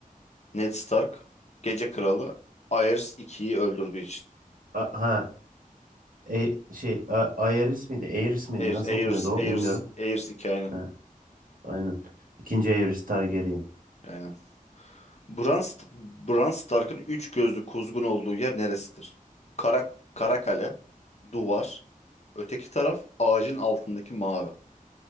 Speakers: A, on the left (about 50°); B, on the right (about 70°).
A: Ned Stark, Gece Kralı, Aerys ikiyi öldürdüğü için.
B: A- ha e- şey A- Aerys miydi? Aerys miydi?
A: Aerys,
B: Nasıl
A: Aerys,
B: okunuyordu o
A: Aerys,
B: bilmiyorum.
A: Aerys 2 aynen.
B: Ha, aynen. İkinci Aerys Targaryen.
A: Aynen. Bran, St- Bran Stark'ın üç gözlü kuzgun olduğu yer neresidir? Kara, Karakale, duvar, öteki taraf ağacın altındaki mağara.